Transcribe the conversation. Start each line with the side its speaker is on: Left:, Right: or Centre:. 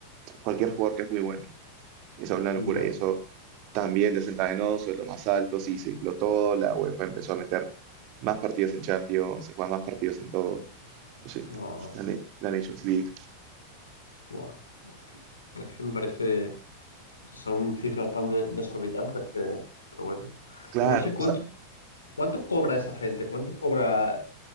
Right: cualquier jugador que es muy bueno. Esa es una locura
Left: ya.
Right: y eso también desencadenó sueldos más altos y se infló todo. La UEFA empezó a meter más partidos en Champions, se juegan más partidos en todo. Sí,
Left: Ah,
Right: la, Ne- la Nations League.
Left: buah. Es que, es que me parece. son cifras tan de- desorbitantes que, pero bueno.
Right: Claro,
Left: Y no sé cuánto,
Right: o sea,
Left: cuánto cobra esa gente, cuánto cobra